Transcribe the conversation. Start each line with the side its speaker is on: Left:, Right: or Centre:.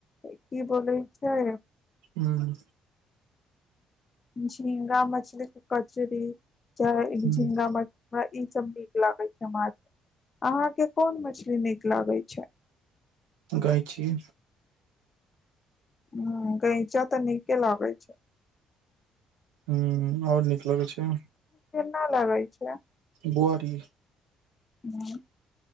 Left: की बोलै छै।
Right: ह्म
Left: झींगा मछली के कचरी चाहे
Right: हूं
Left: झींगा म हमरा ई सब नीक लागे छै। माछ मे अहाँके कोन मछली नीक लागे छै।
Right: गंइचि
Left: ह गैंचा त नीके लागै छै।
Right: ह्म और नीक लगै छै।
Left: न लगै छै।
Right: बुआरी
Left: ह